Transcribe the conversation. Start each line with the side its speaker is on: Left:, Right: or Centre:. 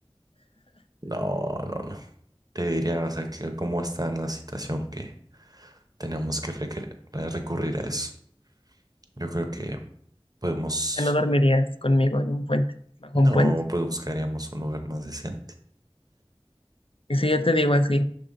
Right: No, no, no. Te diría, o sea, que cómo está la situación que tenemos que recre- recurrir a eso. Yo creo que podemos,
Left: O sea, no dormirías conmigo en un puente, bajo
Right: no,
Left: un puente.
Right: pues buscaríamos un lugar más decente.
Left: Y si yo te digo así,